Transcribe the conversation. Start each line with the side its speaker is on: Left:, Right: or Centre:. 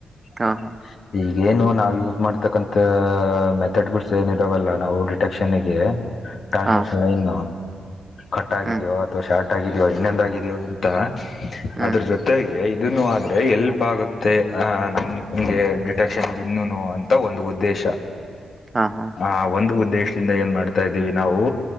Right: ಹಾ
Left: ಹ <unintelligible>
Right: ಹಾ
Left: ಈಗೇನು ನಾವು ಯೂಸ್ ಮಾಡತಕ್ಕಂತ ಮೆಥಡ್ಸ್ ಗಳು ಸೇಮ್ ಇದಾವಲ್ಲ ನಾವು ಡಿಟೆಕ್ಷನ್ ಗೆ ಟ್ರಾನ್ಸ್ಮಿಷನ್
Right: ಹಾ
Left: ಲೈನ್ ಕಟ್ ಆಗಿದ್ಯೋ
Right: ಹ್ಮ್
Left: ಅಥವಾ ಶಾರ್ಟ್ ಆಗಿದೆಯೋ ಇನ್ನೊಂದಾಗಿದ್ಯೋ ಅಂತ
Right: ಹ್ಮ್
Left: ಅದ್ರೂ ಜೊತೆಗೆ ಇದನ್ನು ಆದ್ರೆ ಎಲ್ಪ್ ಆಗುತ್ತೆ. ಹ ನಮಗೆ ಡಿಟೆಕ್ಷನ್ ಇನ್ನುನೂ ಅಂತ ಒಂದು ಉದ್ದೇಶ.
Right: ಹಾ ಹಾ
Left: ಆ ಒಂದು ಉದ್ದೇಶದಿಂದ ಏನ್ ಮಾಡ್ತಾ ಇದ್ದೀವಿ ನಾವು.